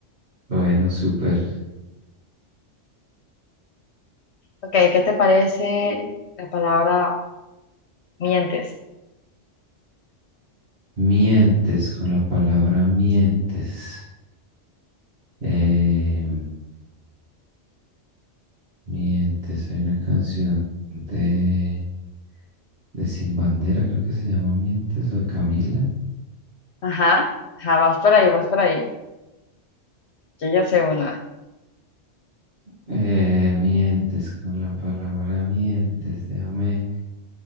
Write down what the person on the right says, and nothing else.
Bueno, súper.
Mientes con la palabra mientes. Eh, Mientes, hay una canción de, de Sin Bandera, creo que se llama Mientes o de Camila.
Eh, mientes con la palabra mientes, déjame,